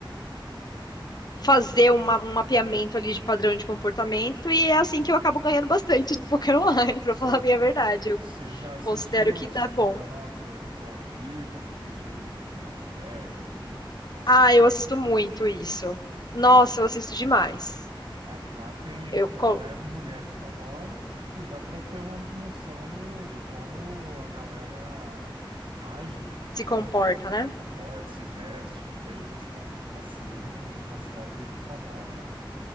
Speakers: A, on the left; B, on the right.
A: fazer uma- um mapeamento ali de padrão de comportamento, e é assim que eu acabo ganhando bastante no poker <laughs> online,
B: sim.
A: pra falar bem a minha verdade. Eu
B: Você já assistiu
A: considero que
B: os
A: dá
B: campeonatos
A: bom.
B: ao vivo, aqueles de, de Las Vegas, de cassino,
A: Ah, eu assisto muito
B: mesmo,
A: isso.
B: que
A: Nossa,
B: lá,
A: eu assisto demais.
B: é, lá tem,
A: Eu
B: tem
A: co-
B: até mulheres famosas e dá para ter uma noção do, de como a galera age, como
A: se comporta,
B: que a,
A: né?
B: comporta, se veste, tudo bem. Eles estão num cassino numa cidade famosa,